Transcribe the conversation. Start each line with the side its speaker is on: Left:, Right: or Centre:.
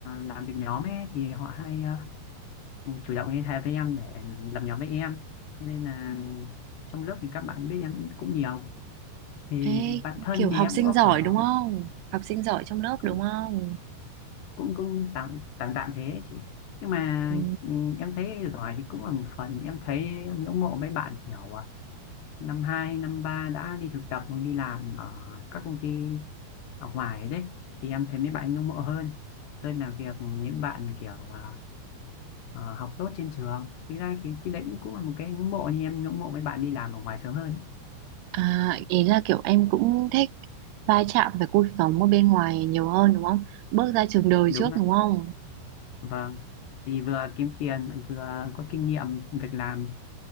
Left: làm việc nhóm ấy thì họ hay ờ, chủ động liên hệ với em để làm nhóm với em Thế nên là trong lớp thì các bạn biết em cũng nhiều thì
Right: Ê,
Left: bạn thân
Right: kiểu
Left: thì
Right: học
Left: em
Right: sinh
Left: có
Right: giỏi
Left: khoảng
Right: đúng không học sinh giỏi trong lớp
Left: cũng
Right: đúng không
Left: cũng cũng tạm tạm tạm thế ấy chị nhưng mà
Right: ừ.
Left: ừ, em thấy giỏi thì cũng là một phần em thấy em ngưỡng mộ mấy bạn kiểu à, năm hai năm ba đã đi thực tập hoặc đi làm ở các công ty ở ngoài đấy thì em thấy mấy bạn ngưỡng mộ hơn hơn là việc những bạn kiểu à, ờ, học tốt trên trường thực ra thì cái đấy cũng cũng là một cái ngưỡng mộ nhưng em ngưỡng mộ mấy bạn đi làm ở ngoài sớm hơn
Right: À, ý là kiểu em cũng thích va chạm với cuộc sống ở bên ngoài nhiều hơn đúng không? Bước ra trường đời
Left: đúng
Right: trước
Left: ạ
Right: đúng không?
Left: vâng thì vừa kiếm tiền lại vừa có kinh nghiệm việc làm